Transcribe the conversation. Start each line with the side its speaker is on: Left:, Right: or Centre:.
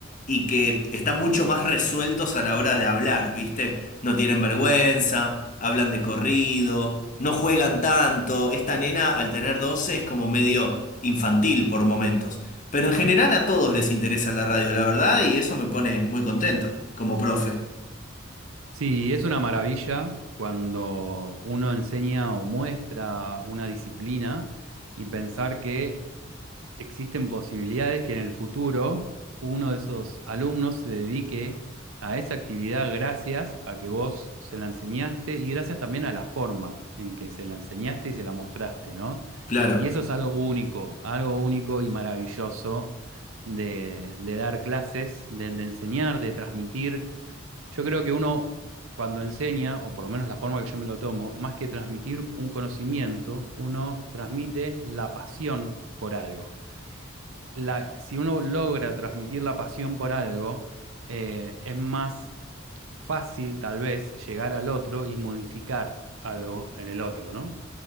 Left: y que están mucho más resueltos a la hora de hablar, ¿viste? No tienen vergüenza, hablan de corrido, no juegan tanto. Esta nena, al tener 12 es como medio infantil por momentos. Pero en general a todos les interesa la radio, la verdad, y eso me pone muy contento, como profe.
Right: Sí, es una maravilla cuando uno enseña o muestra una disciplina y pensar que existen posibilidades que en el futuro uno de esos alumnos se dedique a esa actividad gracias a que vos se la enseñaste y gracias también a la forma en que se la enseñaste y se la mostraste, ¿no?
Left: Claro.
Right: Y eso es algo único, algo único y maravilloso de, de dar clases, de, de enseñar, de transmitir. Yo creo que uno cuando enseña, o por lo menos la forma que yo me lo tomo, más que transmitir un conocimiento, uno transmite la pasión por algo la- si uno logra transmitir la pasión por algo, eh, es más fácil tal vez llegar al otro y modificar algo en el otro, ¿no?